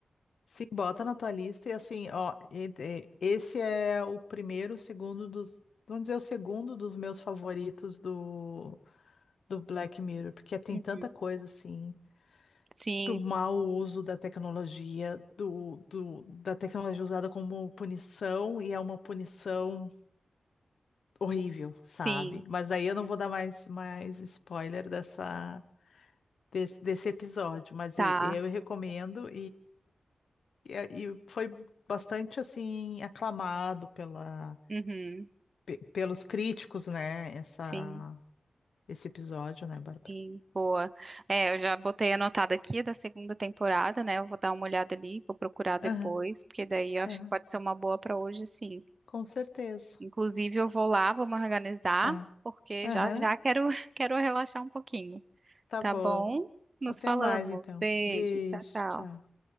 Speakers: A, on the left; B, on the right.
A: Sim, bota na tua lista e assim, ó, e- e- esse é o primeiro, o segundo dos, vamos dizer, o segundo dos meus favoritos do, do Black Mirror, porque tem
B: Uhum.
A: tanta coisa assim,
B: Sim,
A: do mau uso da tecnologia, do, do, da tecnologia usada como punição, e é uma punição horrível, sabe?
B: sim,
A: Mas aí eu não vou dar mais, mais spoiler dessa, desse, desse episódio, mas
B: tá.
A: e- eu recomendo E, a- e foi bastante assim aclamado pela,
B: Uhum.
A: pe- pelos críticos, né? Essa,
B: Sim,
A: esse episódio, né, Bárbara?
B: sim, boa. É, eu já botei anotado aqui da segunda temporada, né? Eu vou dar uma olhada ali, vou procurar depois,
A: Aham,
B: porque daí eu acho
A: aham,
B: que pode ser uma boa pra hoje, sim.
A: com certeza.
B: Inclusive, eu vou lá, vou me organizar,
A: Tá.
B: porque
A: Aham,
B: já já quero, <laughs> quero relaxar um pouquinho.
A: tá
B: Tá
A: bom.
B: bom? Nos
A: Até
B: falamos.
A: mais então.
B: Beijo,
A: Beijo,
B: tchau,
A: tchau.
B: tchau.